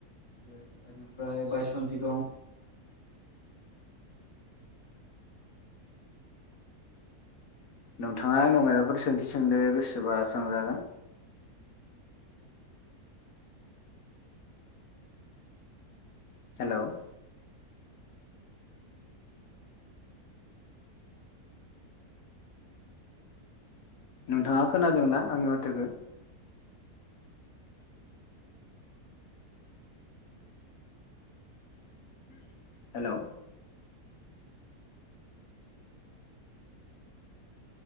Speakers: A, on the left; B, on the left.
A: बेनिफ्राय बायसन्थि दं
B: नोंथाङा आंनाव मायबाफोर सोंथि सोंनो गोसोबा सोंजागोन। हेलौ। नोंथाङा खोनादोंना आंनि माथोखौ? हेलौ।